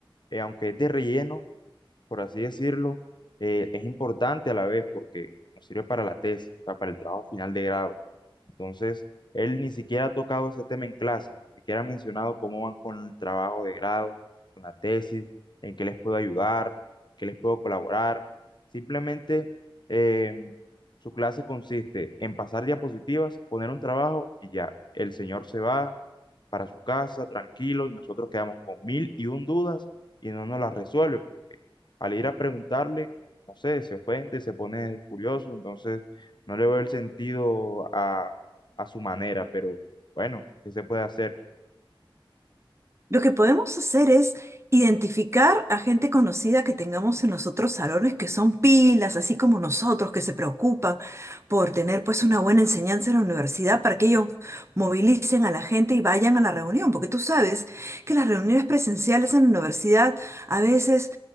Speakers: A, on the left; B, on the right.
A: eh, aunque es de relleno, por así decirlo, eh, es importante a la vez porque nos sirve para la tesis, o sea, para el trabajo final de grado. Entonces, él ni siquiera ha tocado ese tema en clase, ni siquiera ha mencionado cómo van con el trabajo de grado, con la tesis, en qué les puedo ayudar, qué les puedo colaborar. Simplemente eh, su clase consiste en pasar diapositivas, poner un trabajo y ya. El señor se va, para su casa, tranquilo, y nosotros quedamos con mil y un dudas y no nos las resuelve, porque al ir a preguntarle, no sé, se ofende, se pone furioso, entonces no le veo el sentido a, a su manera, pero bueno, ¿qué se puede hacer?
B: Lo que podemos hacer es identificar a gente conocida que tengamos en los otros salones que son pilas, así como nosotros, que se preocupan por tener pues una buena enseñanza en la universidad para que ellos movilicen a la gente y vayan a la reunión, porque tú sabes que las reuniones presenciales en la universidad a veces